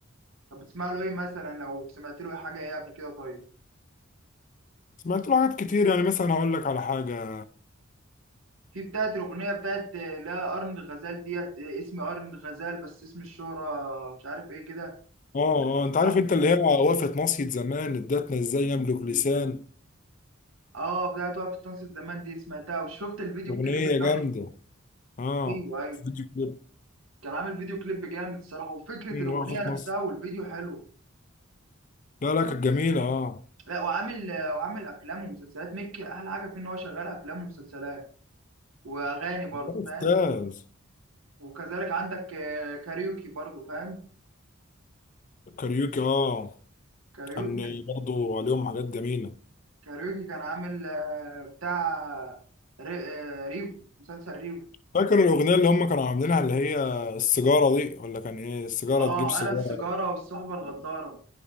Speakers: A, on the right; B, on the left.
A: طب بتسمع له ايه مثلا لو سمعت له اي حاجه ايه قبل كده طيب
B: سمعت له حاجات كتير يعني مثلا هقول لك على حاجه
A: في بتاعت الاغنيه بتاعت آه، لا قرن الغزال ديت آه، اسم قرن الغزال بس اسم الشهره مش عارف ايه كده
B: اه اه انت عارف
A: صاحبه
B: انت اللي هي وقفه مصيد زمان ادتنا ازاي يملك لسان
A: اه بتاعت وقف التنصت زمان دي سمعتها وشفت الفيديو
B: اغنيه
A: الكليب بتاعها
B: جامده اه
A: ايوه ايوه
B: فيديو كليب
A: كان عامل فيديو كليب جامد الصراحه وفكره
B: مم،
A: الاغنيه
B: وقفه
A: نفسها
B: مصيد
A: والفيديو حلو
B: لا لا كانت جميله اه
A: لا وعامل وعامل افلام ومسلسلات مكي احلى حاجه فيه ان هو شغال افلام ومسلسلات واغاني برضه
B: ده استاذ
A: فاهم وكذلك عندك آه، كاريوكي برضه فاهم
B: كاريوكي اه
A: كاريوكي
B: كان برضه عليهم حاجات جميله
A: كاريوكي كان عامل آه، بتاع ري- آه، ريفو مسلسل ريفو
B: فاكر الأغنية اللي هم كانوا عاملينها اللي هي السيجارة دي ولا كان إيه السيجارة
A: اه
B: تجيب سيجارة
A: انا السيجاره والصحبه الغداره